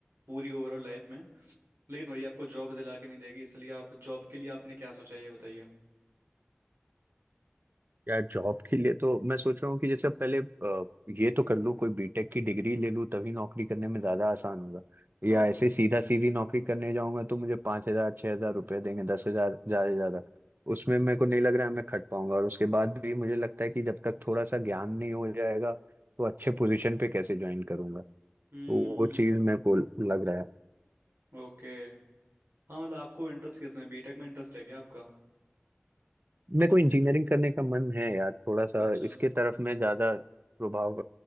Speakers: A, on the right; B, on the right.
A: पूरी ओवरऑल लाइफ में लेकिन वही आपको जॉब दिला के नहीं देगी इसलिए आप जॉब के लिए आपने क्या सोचा है, ये बताइए
B: यार जॉब के लिए तो मैं सोच रहा हूँ कि जैसे अब पहले अ, ये तो कर लूँ कोई बीटेक की डिग्री ले लूँ तभी नौकरी करने में ज्यादा आसान होगा
A: हाँ
B: या ऐसे सीधा सीधी नौकरी करने जाऊंगा तो मुझे पाँच हजार छह हजार रुपये देंगे दस हजार ज्यादा से ज्यादा उसमें मेरे को नहीं लग रहा है मैं खट पाऊंगा और उसके बाद भी मुझे लगता है कि जब तक थोड़ा सा ज्ञान नहीं हो जाएगा तो अच्छे पोजीशन पे कैसे ज्वाइन करूंगा तो
A: हम्म
B: वो चीज मेरे को लग रहा है
A: ओके हाँ मतलब आपको इंटरेस्ट किस में बीटेक में इंटरेस्ट है क्या आपका
B: मेरे को इंजीनियरिंग करने का मन है यार थोड़ा सा
A: अच्छा
B: इसके तरफ मैं ज्यादा प्रभाव